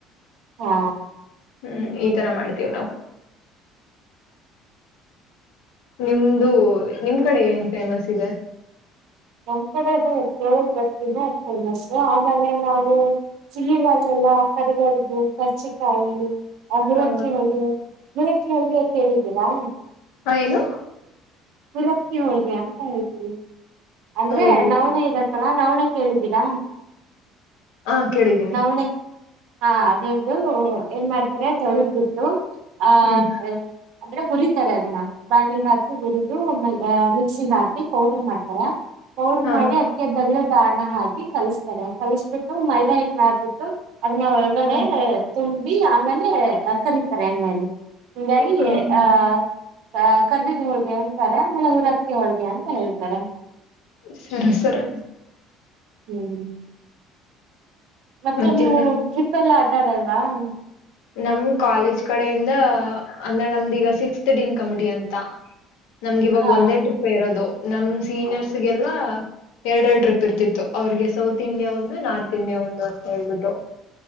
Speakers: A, on the right; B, on the left.
A: ಹಾ
B: ಹ್ಮ್ ಈ ತರ ಮಾಡ್ತೀವಿ್ ನಾವವು ನಿಮ್ದು ನಿಮ್ ಕಡೆ ಏನ್ ಫೇಮಸ್ ಇದೆ
A: ನಮ್ಮ್ ಕೂಡೆದು ಹೆಚ್ಚ ಜೋಳುದ್ ರೊಟ್ಟಿ ಫೇಮಸ್ ಆಮೇಲೆ ನಾವು ಸಿಹರಲ್ಲೆಲ್ಲ ಕರಿಗಡುಬು ಕರ್ಚಿಕಾಯಿ ಆ ಹುರಕ್ಕಿ
B: ಹ
A: ಹಳಗೆ ಹುರಕಕ್ಕಿ ಹೋಳಿಗೆ ಕೇಳಿದ್ದೀರಾ
B: ಹಾ ಏನು
A: ಹೂರಕ್ಕಿ ಹೋಳಿಗೆ ಅಂತ ಹೇಳ್ತಿವಿ ಅಂದ್ರೆ
B: ಇದು
A: ನವಣ ಇರತ್ತಲ್ಲ ನಾವನ ಕೇಳಿದ್ದೀರಾ
B: ಹಾ ಕೇಳಿದ್ದೀನಿ
A: ನವಣೆ ಹಾ ಅದರ್ದು ಏನ್ ಮಾಡ್ತಾರೆ ತೊಳದ್ ಬಿಟ್ಟು ಹಾ
B: ಹ್ಮ್
A: ಹ ಅಂದ್ರೆ ಉರಿತರೆ ಅದನ್ನ ಬಾಣಲಿ ಹಾಕಿ ಹುರಿ ಅನ್ ಇಂಟೆಲಿಬಲ್ ಮಿಕ್ಸಿಗೆ ಹಾಕಿ ಪೌಡರ್ ಮಾಡ್ತಾರೆ ಪೌಡರ್
B: ಹಾ
A: ಮಾಡಿ ಅದಕ್ಕೆ ಬೆಲ್ಲದ್ ಹಣ್ಣ ಹಾಕಿ ಕಲಿಸ್ತಾರೆ ಕಲಸ್ ಬಿಟ್ಟು ಮೈದಾ ಹಾಕ್ಬಿಟ್ಟು ಅದನ್ನ ಒಳಗಡೆ
B: ಹ್ಮ
A: ತುಂಬಿ ಆಮೇಲೆ ಕರತಾರೆ ಎಣ್ಣೆಯಲ್ಲಿ ಹಂಗಾಗಿ
B: ಹ್ಮ್
A: ಆಹ ಕರ್ದಿದ ಹೋಳಗೆ ಆಮೇಲೆ ಊರಕ್ಕಿ ಹಳ್ಹೋಳಿಗೆ ಅಂತ ಹೇಳ್ತಾರೆ
B: ಸರಿ ಸರಿ
A: ಹ್ಮ್ ಮತ್ತೆ
B: ಮತ್ತ
A: ನೀವು
B: ಇನ್ನೇನ್
A: ಟ್ರಿಪ್ ಎಲ್ಲ ಅದಲ್ವಾ ಅನ್ಎಂಟೆಜಿಬಲ್
B: ನಮ್ ಕಾಲೇಜ್ ಕಡೆಯಿಂದ ಅಂದ್ರೆ ನಮ್ದ ಈಗ ಸಿಕ್ಸ್ತ್ ಡೀನ್ ಕಮಿಟಿ ಅಂತ ನಮ್ಗೆ ಇವಾಗ
A: ಹಾ
B: ಒಂದೇ ಟ್ರಿಪ್ ಇರೋದು ನಮ್ ಸೀನಿಯರ್ಸ್ ಗೆಲ್ಲ ಎರಡೆರಡು ಟ್ರಿಪ್ ಇರ್ತಿತ್ತು ಅವ್ರಿಗೆ ಸೌತ್ ಇಂಡಿಯಾ ಒಂದು ನಾರ್ತ್ ಇಂಡಿಯಾ ಒಂದು ಅಂತ ಹೇಳ್ಬಿಟ್ಟು